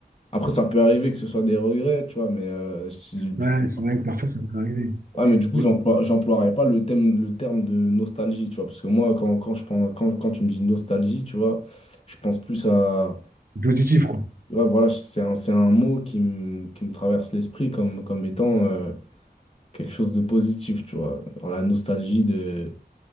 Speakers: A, on the left; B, on the right.
A: Après, ça peut arriver que ce soit des regrets, tu vois, mais euh, si- du
B: Ouais,
A: coup,
B: c'est vrai que parfois ça peut arriver.
A: ouais, mais du coup,
B: Mais
A: j'emploie- j'emploierais pas le thème, le terme de nostalgie, tu vois, parce que moi, quand, quand je pense, quand, quand tu me dis nostalgie, tu vois, je pense plus à,
B: positif, quoi.
A: ouais, voilà, c'est un, c'est un mot qui me, qui me traverse l'esprit comme, comme étant euh, quelque chose de positif, tu vois, Alors, la nostalgie de,